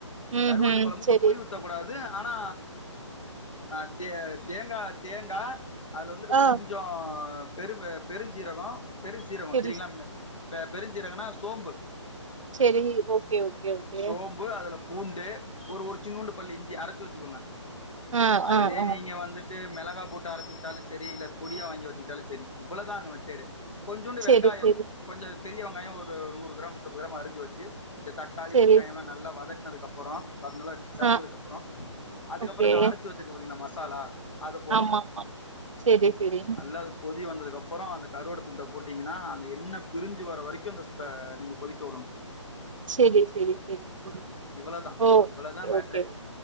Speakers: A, on the right; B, on the left.
A: ம்
B: கருவாட்டு
A: ம்
B: கொழம்புக்கு
A: செரி
B: புளி ஊத்தக் கூடாது து அனா அஹ் தே தேங்கா தேங்கா அது வந்துட்டு
A: ஆ
B: கொஞ்சோ பெரும் பெருஞ்சீரகோ பெரு சீரக
A: செரி
B: தெரியுங்களா பெருஞ்சீரகம்ன்னா சோம்பு
A: சரி ஓகே ஓகே ஓகே
B: சோம்பு அதுல பூண்டு ஒரு ஒரு சின்னூண்டு பள்ளி இஞ்சி அரைச்சு வச்சுக்கோங்க
A: ஆ
B: அதுலயே
A: ஆ ஆ
B: நீங்க வந்துட்டு மெளகா போட்டு அரைச்சுக்கிட்டாலு சரி இல்ல பொடியா வாங்கி வத்துக்கிட்டாலு சரி இவ்ளதா அங்க மெத்தேடு கொஞ்சூண்டு
A: செரி
B: வெங்காய
A: செரி
B: கொஞ்ச பெரிய வெங்காய ஒரு நூறு கிராம் முப்பது கிரா அரிஞ்சு வச்சு இந்த தக்காளி
A: செரி
B: வெங்காயமெல்லா நல்லா வதக் னதுக்க அப்பறோ பா செவந்ததுக்குப்புறோ
A: ஆ
B: அதுக்கப்புறோ
A: ஓகே
B: இந்த அரைச் ரச்சு வச்சிருக்க பாத்தீங்கா மசாலா அத போடணு
A: ஆமா ஆமா செரி செரி
B: நல்லா அது கொ கொதி வந்ததுக்கு அப்புறம் அந்த கருவாடு துண்டை போட்டீங்கன்னா அந்த எண்ண பிரிஞ்சு வர வரைக்கு அந்தஸ் பா நீங்க கொதிக்க விடணும்
A: சரி சரி சரி சரி
B: இவ்வளதா
A: ஓகே
B: இவ்வளதா மேட்ரே
A: ஓகே